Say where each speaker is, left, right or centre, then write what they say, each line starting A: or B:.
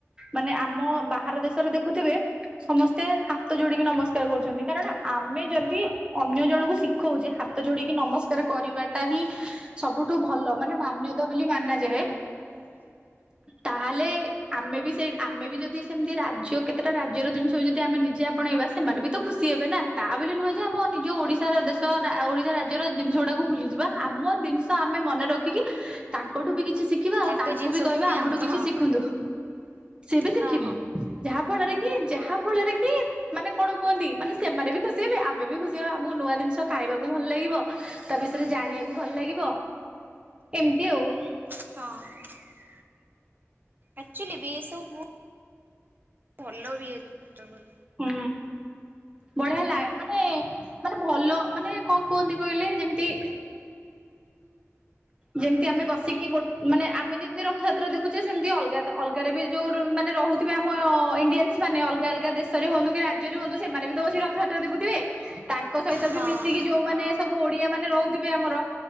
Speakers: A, on the right; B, on the right.
A: ମାନେ ଆମ ବାହାର ଦେଶରେ ଦେଖୁଥିବେ। ସମସ୍ତେ ହାତ ଯୋଡିକି ନମସ୍କାର କରୁଚନ୍ତି କାରଣ ଆମେ ଯଦି ଅନ୍ୟ ଜଣଙ୍କୁ ଶିଖଉଚେ ହାତ ଯୋଡିକି ନମସ୍କାର କରିବାଟା ହିଁ ସବୁଠୁ ଭଲ ମାନେ ମାନ୍ୟତା ବୋଲି ମାନା ଯାଏ।
B: ହ
A: ତାହାଲେ ଆମେ ବି ସେଇ ଆମେ ବି ଯଦି ସେମିତି ରାଜ୍ୟ କେତେଟା ରାଜ୍ୟର ଜିନିଷ ବି ଯଦି ଆମେ ନିଜେ ଆପଣେଇବା ସେମାନେ ବି ତ ଖୁସି ହେବେ ନା। ତା ବୋଲି ନୁହଁ ଯେ ଆମ ଅନ୍ୟ ନିଜ ଓଡିଶାର ଦେଶରା ଆ ଓଡିଶା ରାଜ୍ୟର ଜିନିଷ ଗୁଡାକୁ ଭୁଲିଯିବା ଆମ ଜିନିଷ ଆମେ ମନେ ରଖିକି ତାଙ୍କଠୁ ବି କିଛି ଶିଖିବା।
B: ତାଙ୍କ
A: ଆଉ ତାଙ୍କୁ
B: ଜିନିଷକୁ
A: ବି କହିବା ଆମଠୁ
B: ଆମ୍ ହଁ
A: କିଛି ଶିଖନ୍ତୁ। ସିଏ ବି ଶିଖିବେ।
B: ହଁ ହଁ
A: ଯାହା ଫଳରେ କି ଯାହା ଫଳରେ କି ମାନେ କଣ କୁହନ୍ତି ମାନେ ସେମାନେ ବି ଖୁସି ହେବେ ଆମେ ବି ଖୁସି। ଯାଅଉ ଆମକୁ ନୂଆ ଜିନିଷ ଖାଇବାକୁ ଭଲ ଲାଗିବ। ତା ବିଷୟରେ ଜାଣିବାକୁ ଭଲ ଲାଗିବ। ଏମତି ଆଉ।
B: ହଁ। ଏକ୍ଚୁଲି ବି ଏ ସବୁ ଭଲ ବି ଇଏରେ <unintelligible> ଗଲ।
A: ହୁଁ। ବଢିଆ ଲାଗ ମାନେ ମାନେ ଭଲ ମାନେ କଣ କୁହନ୍ତି କହିଲେ ଯେମତି ଯେମତି ଆମେ ବସିକି ଗୋଟ୍ ମାନେ ଆମେ ଯେମିତି ରଥଯାତ୍ରା ଦେଖୁଚେ ସେମତି ଅଲଗା ଦ ଅଲଗାରେ ବି ଯୋଉ ମାନେ ରହୁଥିବେ ଆମ ଅ ଇଣ୍ଡିଆନ୍ସ ମାନେ ଅଲଗା ଅଲଗା ଦେଶରେ ହୁଅନ୍ତୁ କି ରାଜ୍ୟରେ ହୁଅନ୍ତୁ ସେମାନେ ବି ତ ବସି ର ତ ଯାତ୍ରା ଦେଖୁଥିବେ ତାଙ୍କ ସହିତ
B: ହଁ
A: ବି ମିଶିକି ଯୋଉମାନେ ସବୁ ଓଡିଆ ମାନେ ରହୁଥିବେ ଆମର